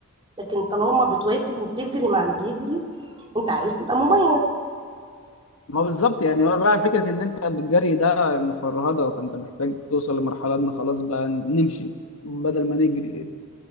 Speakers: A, on the right; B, on the left.
A: لكن طالما بتواكب وبتجري مع اللي بيجري أنت عايز تبقى مميز
B: ما بالظبط يعني هو بقى فكرة إن أنت بالجري ده يعني فرهدة فأنت محتاج توصل لمرحلة إن خلاص بقى نمشي بدل ما نجري